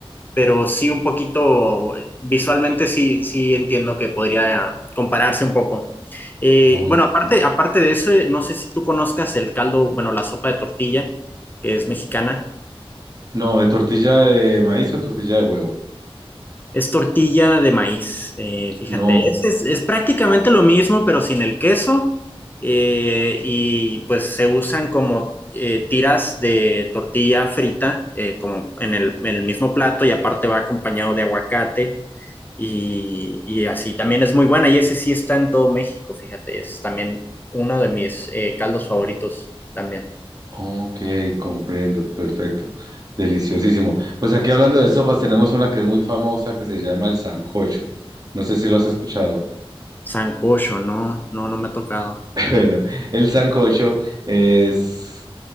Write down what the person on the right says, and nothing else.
Ok.
No, de tortilla de maíz o tortilla de huevo.
No,
Ok, comprendo, perfecto. Deliciosísimo. Pues aquí hablando de sopas, tenemos una que es muy famosa que se llama el sancocho. No sé si lo has escuchado.
<laughs> Bueno, el sancocho es